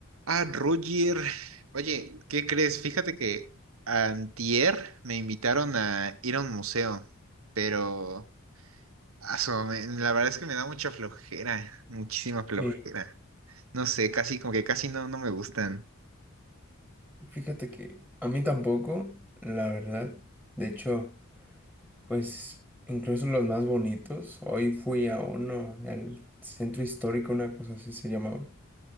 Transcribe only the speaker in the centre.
Y
fíjate que a mí tampoco, la verdad. De hecho, pues incluso los más bonitos. Hoy fui a uno, al centro histórico, una cosa así se llamaba.